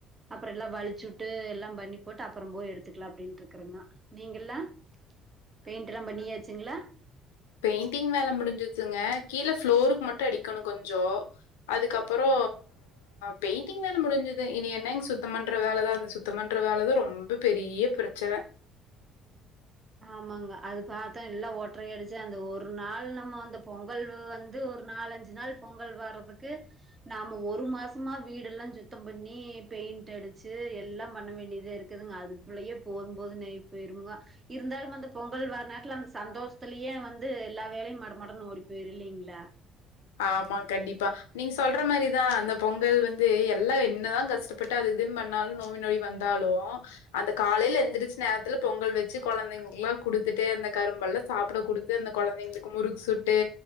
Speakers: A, on the right; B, on the left.
A: அப்றோ எல்லா வழிச்சுட்டு எல்லாம் பண்ணி போட்டு அப்றோ போய் எடுத்துக்கலா அப்டின்ட்ருக்கறங்க நீங்கெல்லா பெய்ண்ட்டெல்லா பண்ணியாச்சுங்ளா
B: பெய்ண்ட்டிங் வேல முடிஞ்சிர்ச்சுங்க கீழ ஃப்ளோருக் மட்டு அடிக்கோணு கொஞ்சோ அதுக்கப்பறோ பெய்ட்ண்டிங் வேல முடுஞ்சுது இனி என்னங் சுத்தம் பண்ற வேலதா இந்த சுத்தம் பண்ற வேலதா ரொம்ப பெரிய பிரச்சன
A: ஆமாங்க அது பாத்தா எல்லா ஒட்ரையடுச்சு அந்த ஒரு நாள் நம்ம அந்த பொங்கல் வ் வந்து ஒரு நாலஞ்சு நாள் பொங்கல் வரதுக்கு நாம ஒரு மாசமா வீடெல்லா சுத்தம் பண்ணி பெயிண்ட்டடுச்சு எல்லாம் பண்ண வேண்டியதாருக் குதுங்க அதுக்குள்ளயே போதும்போதுனாய் போயிரும்ங்க இருந்தாலும் அந்த பொங்கல் வர நேரத்துல அந்த சந்தோசத்திலயே வந்து எல்லா வேலயு மடமடன் ஓடி போய்ரு இல்லீங்ளா
B: ஆமாங் கண்டிப்பா நீங்க சொல்ற மாரிதா அந்த பொங்கல் வந்து எல்லா என்னதா கஷ்ட ப்பட்டாலு இதும் பண்ணாலு நோம்பி நொடி வந்தாலு அந்த காலைல எந்திரிச் நேர்த்துல பொங்கல் வெச்சு கொழந்தைங்களுக்கல்லா குடுத்துட்டு அந்த கரும்பல்லா சாப்ட குடுத் து அந்த கொழந்தைங்களுக்கு முறுக் சுட்டு